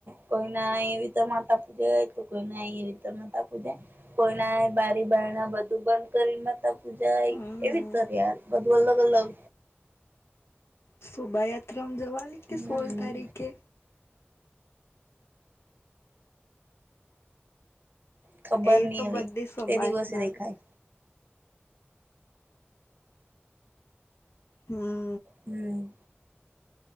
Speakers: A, on the right (about 50°); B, on the left (about 80°).
A: કોઈ ના એવીતે માતા પૂજે તો કોઈ ના એવીતે માતા પૂજે કોઈના બારી બારણા બધું બંધ કરી પૂજાય
B: હમ
A: એવી તયાર બધું અલગ અલગ
B: શોભાયાત્રામાં જવાની
A: હમ
B: કે સોલ તારીખે
A: ખબર
B: એ
A: નઈ
B: તો
A: હવે
B: બધી સમાજ
A: તે દિવસે
B: ના
A: દેખાય
B: આવે હમ્મ
A: હમ્મ.